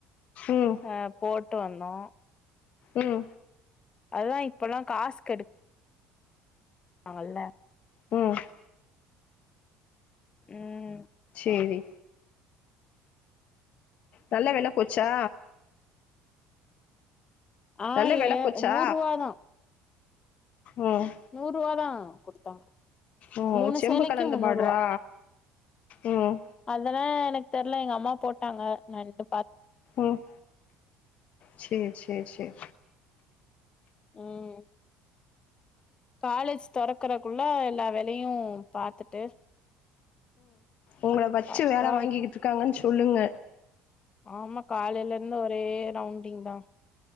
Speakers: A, on the left; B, on the left.
A: ம்
B: அ போட் விட்டு வந்தோ
A: உம்
B: அது தா இப்பல்லா காசு கெடு நாங்கல்ல
A: ம்
B: ம்ம்
A: சேரி நல்ல வேல போச்சா
B: ஆ
A: நல்ல வெல
B: ஏ
A: போச்சா
B: நூறுவா தா
A: ம்
B: நூறுவா தா குடுத்தாங்க
A: ம்
B: மூணு
A: செம்பு
B: சேலைக்கு
A: கலந்த
B: முன்னூறுவா
A: பாட்ரா ம்
B: அதெல்லா எனக்கு தெர்ல எங்க அம்மா போட்டாங்க நண்டு
A: ம் சேரி சேரி சேரி
B: ம் காலேஜ் தொறக்கறக்குள்ள எல்லா வேலையு பாத்துட்டு
A: உங்கள வெச்சு
B: பாத்துட்டா
A: வேல வாங்கிகிட்டு இருக்காங்கன்னு சொ சொல்லுங்க
B: ஆமா காலைல இருந்து ஒரே ரவுண்டிங்தா